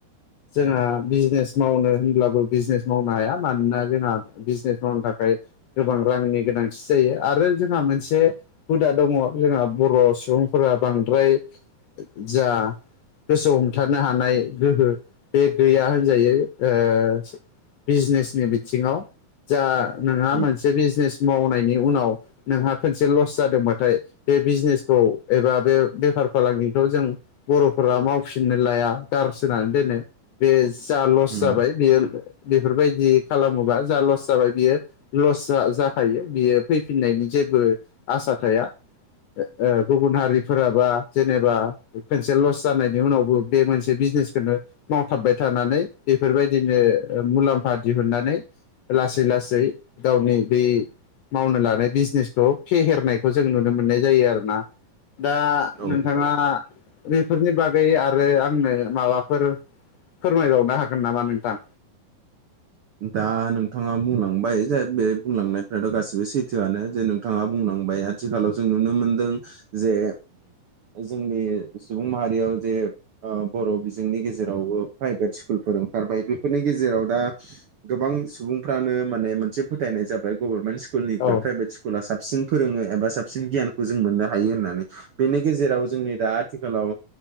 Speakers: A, on the left; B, on the right.
A: जोंहा बिजनेस मावनो होनब्लाबो बिजनेस मावनो हाया। मानोना जोंना बिजनेस मावनो थाखाय गोबां रांनि गोनांथि जायो आरो जोंहा मोनसे हुदा दङ जोंहा बर' सुबुंफोरा बांद्राय जा गोसो हमथानो हानाय गोहो बे गैया होनजायो। ओ बिजनेसनि बिथिङाव जा नोंहा
B: उम
A: मोनसे बिजनेस मावनायनि उनाव नोंहा खनसे लस जादोंबाथाय बे बिजनेसखौ एबा बे बेफार फालांगिखौ जों बर'फोरा मावफिननो लाया गारसोना दोनो। बे जा लस
B: उम
A: जाबाय बेयो बेफोरबायदि खालामोबा जा लस जाबाय बियो लस जा-जाखायो बियो फैफिननायनि जेबो आसा थाया। ओ गुबुन हारिफोराबा जेनेबा खनसे लस जानायनि उनावबो बे मोनसे बिजनेसखौनो मावथाबबाय थानानै बेफोरबायदिनो मुलाम्फा दिहुननानै लासै लासै गावनि बे मावनो लानाय बिजनेसखौ फेहेरनायखौ जों नुनो मोननाय जायो आरोना। दा दा
B: औ
A: नोंथाङा
B: औ
A: बेफोरनि बागै आरो आंनो माबाफोर फोरमायबावनो हागोन नामा नोंथां?
B: दा नोंथाङा बुंलांबाय जे बे बुंलांनायफ्राथ' गासिबो सैथोआनो जे नोंथाङा बुंलांबाय आथिखालाव जों नुनो मोनदों जे जोंनि सुबुं माहारियाव जे बर' बिजोंनि गेजेरावबो प्राइभेट स्कुलफोर ओंखारबाय बेफोरनि गेजेराव दा गोबां सुबुंफ्रानो माने मोनसे फोथायनाय जाबाय गभर्नमेन्ट स्कुलनिफ्राय
A: औ
B: प्राइभेट स्कुल स्कुला साबसिन फोरोङो एबा साबसिन गियानखौ जों मोननो हायो होन्नानै। बेनि गेजेराव जोंनि दा आथिखालाव